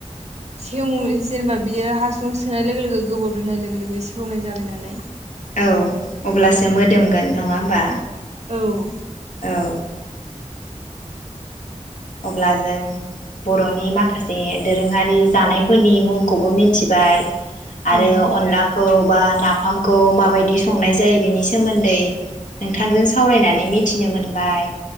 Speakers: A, on the right; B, on the left.
A: सेव जेनेबा बियो हासुुंखौ सोनाय लोगो लोगो गोबाव दोननाय लोगो लोगो सेवनाय जाबाय नालाय।
B: औ अब्लासो मोदोमगोन नङा होमबा?
A: औ ओं
B: औ अब्ला जों बर'नि माखासे दोरोङारि जानायफोरनि मुंखौबो मिथिबाय। आरो
A: ओं
B: अनलाखौ। बा नाफामखौ माबायदि संनाय जायो बेनि सोमोन्दै। नोंथांजों सावरायनानै मिथिनो मोनबाय